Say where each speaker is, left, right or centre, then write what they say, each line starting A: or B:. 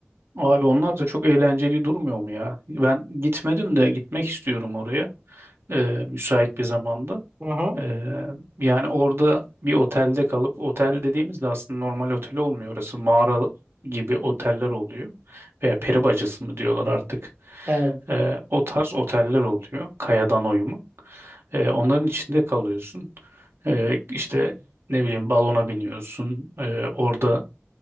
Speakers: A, on the right; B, on the right.
A: Abi onlar da çok eğlenceli durmuyor mu ya? Ben gitmedim de gitmek istiyorum oraya. Ee, müsait bir zamanda.
B: Hı hı.
A: Ee, yani orada bir otelde kalıp otel dediğimizde aslında normal otel olmuyor orası mağara gibi oteller oluyor veya peri bacası mı diyorlar artık
B: Evet.
A: Ee, o tarz oteller oluyor kayadan oyma Ee, onların içinde kalıyorsun Ee, işte ne bileyim balona biniyorsun Ee, orada